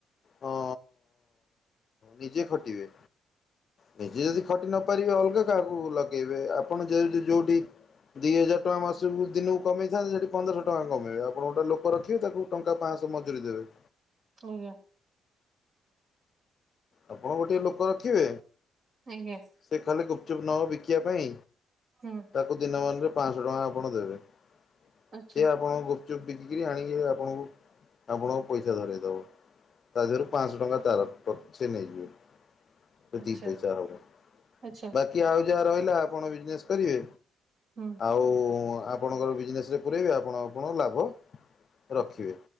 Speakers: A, on the left (about 50°); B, on the right (about 50°).
A: ହଁ ନିଜେ ଖଟିବେ ନିଜେ ଯଦି ଖଟି ନ ପାରିବେ ଅଲଗା କାହାକୁ ଲଗେଇବେ ଆପଣ ଯେ ଯଉଠି ଦି ହଜାର ଟଙ୍କା ମାସକୁ ଦିନକୁ କମେଇଥାନ୍ତେ ସେଠି ପନ୍ଦରଶହ ଟଙ୍କା କମେଇବେ ଆପଣ ଗୋଟେ ଲୋକ ରଖିବେ ତାକୁ ଟଙ୍କା ପାଁଶ ମଜୁରୀ ଦେବେ।
B: ଆଜ୍ଞା।
A: ଆପଣ ଗୋଟେ ଲୋକ ରଖିବେ
B: ଆଜ୍ଞା।
A: ସେ ଖାଲି ଗୁପଚୁପ ନବ ବିକିବା ପାଇଁ,
B: ହୁଁ,
A: ତାକୁ ଦିନ ମାନରେ ପାଞ୍ଚଶହ ଟଙ୍କା ଆପଣ ଦେବେ। ସିଏ
B: ଆଚ୍ଛା,
A: ଆପଣ ଗୁପଚୁପ୍ ବିକିକରି ଆଣିକି ଆପଣଙ୍କୁ ଆପଣଙ୍କୁ ପଇସା ଧରାଇଦବ ତା ଦେହରୁ ପାଞ୍ଚଶହ ଟଙ୍କା ତାର ସେ ନେଇଯିବ। ସେତିକି
B: ଆଚ୍ଛା,
A: ପଇସା ହବ
B: ଆଚ୍ଛା,
A: ବାକି ଆଉ ଯାହା ରହିଲା ଆପଣ ବିଜନେସ କରିବେ।
B: ହୁଁ,
A: ଆଉ ଆପଣଙ୍କର ବିଜନେସ୍ ରେ ପୁରାଇବେ ଆପଣ ଆପଣଙ୍କ ଲାଭ ରଖିବେ।